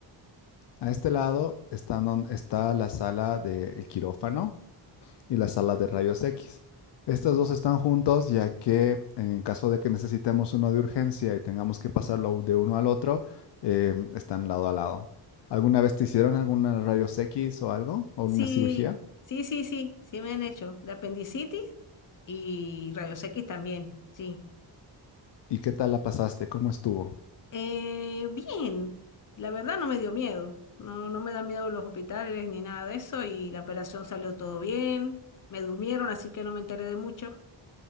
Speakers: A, on the left; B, on the left.
A: A este lado está, don- está la sala del quirófano. y las salas de rayos X. Estas dos están juntos ya que en caso de que necesitemos uno de urgencia y tengamos que pasarlo de uno al otro, eh, están lado a lado. ¿Alguna vez te hicieron alguna rayos X o algo? ¿O alguna
B: Sí,
A: cirugía?
B: sí, sí, sí, sí me han hecho. De apendicitis y rayos X también, sí.
A: ¿Y qué tal la pasaste? ¿Cómo estuvo?
B: Eh, bien, la verdad no me dio miedo. No, no me dan miedo los hospitales ni nada de eso y la operación salió todo bien. Me durmieron, así que no me enteré de mucho.